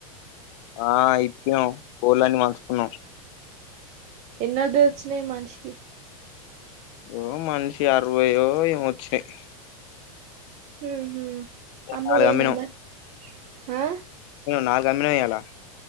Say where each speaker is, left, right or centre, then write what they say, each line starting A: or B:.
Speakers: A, on the left; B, on the right.
A: ఆ ఇప్పినం కోళ్లని మార్చుకున్నాం
B: ఎన్నొడ్డు వచ్చినయి మనిషికి
A: ఓ మనిషి అరవయో ఏమె వచ్చినయి
B: మ్ హు అమ్ముడుపోయినయ
A: నాలుగు అమ్మినాం
B: మరి ఆ
A: నాలుగు అమ్మినఇయ్యల